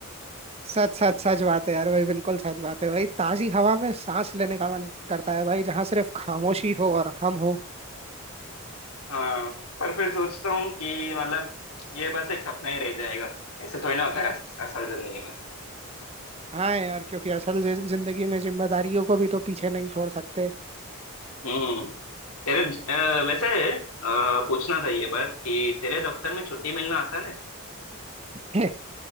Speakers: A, on the right (about 25°); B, on the left (about 80°).
A: सच सच सच बात है यार भाई बिल्कुल सच बात है भाई ताजी हवा में सांस लेने का मन करता है भाई जहाँ सिर्फ खामोशी हो और हम हो
B: हाँ पर फिर सोचता हूँ कि मतलब ये बस एक सपना ही रह जाएगा ऐसे थोड़ी ना होता है अस- असल जिंदगी में
A: हाँ यार क्योंकि असल जिन- जिंदगी में जिम्मेदारियों को भी तो पीछे नहीं छोड़ सकते
B: हम्म तेरे अ, वैसे अ, पूछना था ये बात कि तेरे दफ्तर में छुट्टी मिलना आसान है
A: <laughs>